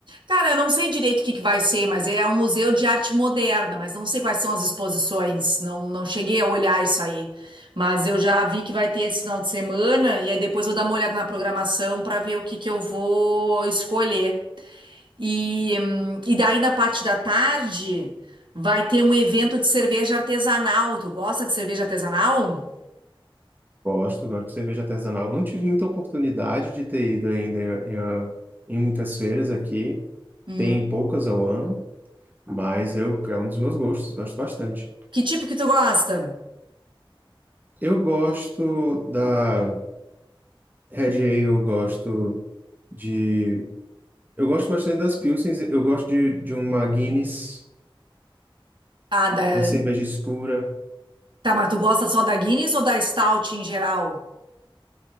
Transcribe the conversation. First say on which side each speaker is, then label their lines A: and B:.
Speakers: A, on the right (about 60°); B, on the right (about 20°).
A: Cara, eu não sei direito o que que vai ser, mas é um museu de arte moderna, mas não sei quais são as exposições, não, não cheguei a olhar isso aí. Mas eu já vi que vai ter esse final de semana, e aí depois vou dar uma olhada na programação para ver o que que eu vou escolher. E, hum, e daí na parte da tarde vai ter um evento de cerveja artesanal. Tu gosta de cerveja artesanal?
B: Gosto, gosto de cerveja artesanal. Não tive muita oportunidade de ter ido ainda em, em, em muitas feiras aqui.
A: Hum.
B: Tem poucas ao ano, Mas eu, é um dos meus gostos, gosto bastante.
A: Que tipo que tu gosta?
B: Eu gosto da Red Ale, eu gosto de. Eu gosto bastante das Pilsens, eu gosto de, de uma Guinness,
A: Ah, da...
B: da cerveja escura.
A: tá, mas tu gosta só da Guinness ou da Stout em geral?